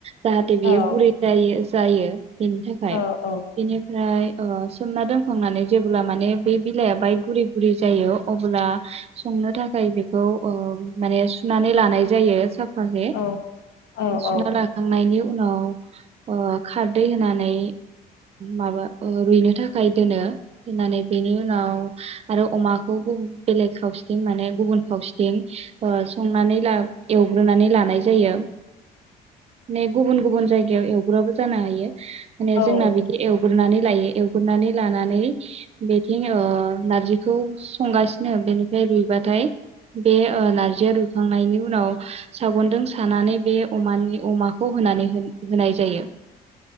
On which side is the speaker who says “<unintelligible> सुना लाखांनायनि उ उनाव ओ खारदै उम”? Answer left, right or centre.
Right